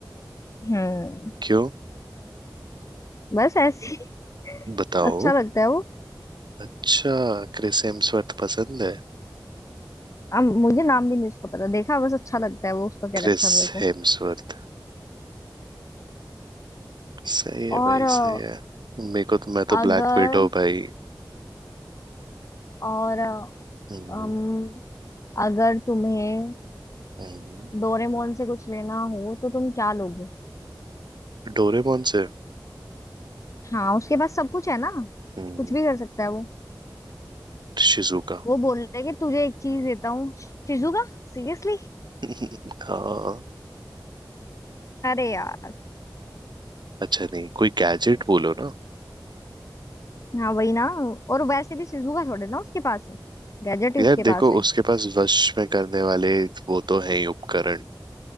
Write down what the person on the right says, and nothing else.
क्यों
बताओ
अच्छा क्रिस हेम्सवर्थ पसंद है
क्रिस
हेम्सवर्थ सही है
भाई
सही है मेरे को तो मैं तो
ब्लैक विडो भाई
हम्म
हम्म,
डोरेमोन से
हम्म,
शिजुका
<laughs> हाँ
अच्छा नहीं कोई गैजेट बोलो ना
यार
देखो
उसके पास वश में करने वाले वो तो है ही उपकरण